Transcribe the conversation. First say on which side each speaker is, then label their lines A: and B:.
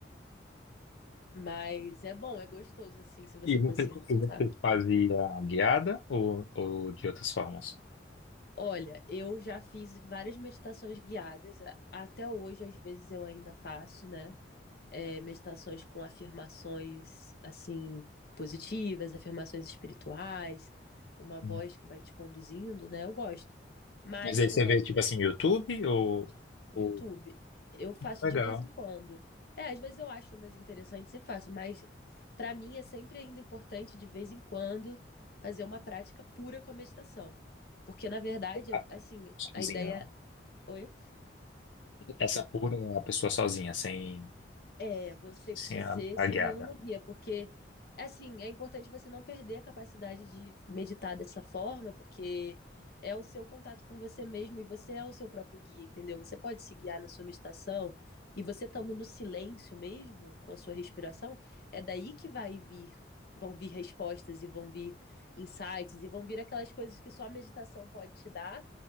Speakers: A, on the left; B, on the left.
A: Mas é bom, é gostoso, assim, se você
B: E você,
A: conseguir
B: e
A: ficar.
B: você fazia guiada ou, ou de outras formas?
A: Olha, eu já fiz várias meditações guiadas, a- até hoje, às vezes eu ainda faço, né? É, meditações com afirmações, assim, positivas, afirmações espirituais, uma voz
B: Hum.
A: que vai te conduzindo, né? Eu gosto. Mas
B: Mas aí você
A: eu
B: vê,
A: ainda
B: tipo assim, YouTube ou...
A: hum, no
B: ou...
A: YouTube. Eu faço
B: Legal.
A: de vez em quando. É, às vezes eu acho umas interessantes e faço, mas para mim é sempre ainda importante de vez em quando fazer uma prática pura com a meditação. Porque na verdade,
B: Ah,
A: assim,
B: Sozinho,
A: a ideia,
B: né?
A: oi
B: Essa pura, é a pessoa sozinha, sem,
A: É, você
B: sem
A: com você
B: a,
A: sem
B: a guiada.
A: nenhuma guia, porque assim, é importante você não perder a capacidade de meditar dessa forma, porque é o seu contato com você mesmo e você é o seu próprio guia, entendeu? Você pode se guiar na sua meditação e você estando no silêncio mesmo, com a sua respiração, é daí que vai vir, vão vir respostas e vão vir insights e vão vir aquelas coisas que só a meditação pode te dar.